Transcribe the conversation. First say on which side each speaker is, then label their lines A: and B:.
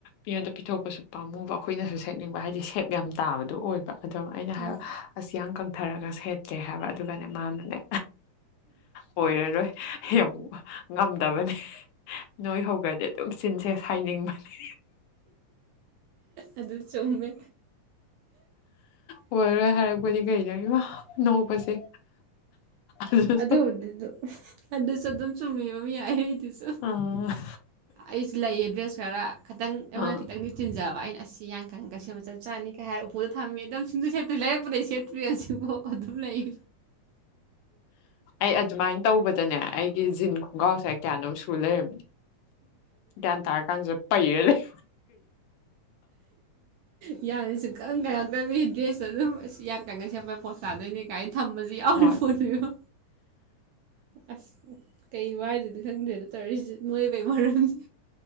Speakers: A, on the left; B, on the right.
A: ꯃꯤꯉꯣꯟꯗ ꯄꯤꯊꯣꯛꯄꯁꯨ ꯄꯥꯝꯃꯨꯕ ꯑꯩꯈꯣꯏꯅꯁꯨ ꯁꯦꯠꯅꯤꯡꯕ ꯍꯥꯏꯕꯗꯤ ꯁꯦꯞ ꯌꯥꯝ ꯇꯥꯕꯗꯣ ꯑꯣꯏꯕ ꯑꯗꯨꯝ ꯑꯩꯅ ꯍꯥꯏꯕ
B: ꯎꯝ
A: ꯑꯁ ꯌꯥꯡ ꯀꯪꯊꯔꯒ ꯁꯦꯇꯀꯦ ꯍꯥꯏꯕ ꯑꯗꯨꯒꯅꯦ ꯃꯥꯅꯅꯦ ꯑꯣꯏꯔꯔꯣꯏ ꯌꯥꯝ ꯉꯝꯗꯕꯅꯤ ꯅꯣꯏ ꯍꯧꯈ꯭ꯔꯗꯤ ꯑꯗꯨꯝ ꯆꯤꯟꯁꯦ ꯁꯥꯏꯅꯤꯡꯕꯅꯤ
B: ꯑꯗꯨ ꯆꯨꯝꯃꯦ
A: ꯑꯣꯏꯔꯔꯣꯏ ꯍꯥꯏꯔꯛꯄꯅꯤ ꯀꯩꯅꯣ ꯏꯃꯥ ꯅꯣꯛꯄꯁꯦ ꯑꯗꯨꯁꯨ
B: ꯑꯗꯨꯕꯨꯗꯤ ꯑꯗꯨ ꯑꯗꯨꯁꯨ ꯑꯗꯨꯝ ꯆꯨꯝꯃꯤꯕ ꯃꯤ ꯍꯥꯏꯔꯛꯏꯗꯨꯁꯨ
A: ꯑꯥ
B: ꯑꯩꯁꯨ ꯂꯩꯌꯦ ꯗ꯭ꯔꯦꯁ ꯈꯔ ꯈꯤꯇꯪ ꯑꯩꯉꯣꯟꯗ
A: ꯑꯥ
B: ꯈꯤꯇꯪꯗꯤ ꯆꯤꯟꯖꯕ ꯑꯩꯅ ꯑꯁꯤ ꯌꯥꯡꯀꯪꯉꯒꯥ ꯁꯦꯠꯄꯥ ꯆꯞ ꯆꯥꯅꯤ ꯀꯥꯏ ꯍꯥꯏꯔ ꯊꯝꯃꯤ ꯑꯗꯨꯝ ꯁꯨꯪꯁꯦꯠ ꯁꯦꯠꯇ꯭ꯔꯤ ꯂꯩꯥꯔꯛꯄꯗꯩ ꯁꯦꯠꯇ꯭ꯔꯤ ꯍꯧꯖꯤꯛꯐꯧ ꯑꯗꯨꯝ ꯂꯩ
A: ꯑꯩ ꯑꯗꯨꯃꯥꯏꯅ ꯇꯧꯕꯗꯅꯦ ꯑꯩꯒꯤ ꯖꯤꯟ ꯈꯣꯡꯒ꯭ꯔꯥꯎꯁꯦ ꯀꯌꯥꯅꯣꯝ ꯁꯨ ꯂꯩꯔꯝꯃꯤꯅꯤ ꯒꯌ꯭ꯥꯟ ꯇꯥꯔꯛꯀꯥꯅꯁꯤꯗ ꯄꯩꯔꯒ ꯂꯩ
B: ꯌꯥꯝꯅꯁꯨꯀꯪ ꯀꯪꯉꯛꯇ ꯃꯤ ꯗ꯭ꯔꯦꯁ ꯑ ꯑꯗꯨꯝ ꯑꯁ ꯌꯥꯛꯀꯪꯉ ꯁꯦꯠꯄꯥ ꯄꯣꯖ ꯇꯥꯗꯣꯏꯅꯤ ꯀꯥꯏꯅ ꯊꯝꯕꯁꯨ ꯌꯥꯎꯔꯤ
A: ꯍꯣꯏ
B: ꯄꯣꯠꯅꯤꯗ ꯑꯁ ꯀꯩꯕꯨꯍꯥꯏꯗꯣꯏꯅꯣ ꯈꯪꯗꯔ꯭ꯦꯗꯥ ꯇꯧꯔꯤꯁꯦ ꯅꯣꯏꯕꯩ ꯃꯔꯝꯁꯦ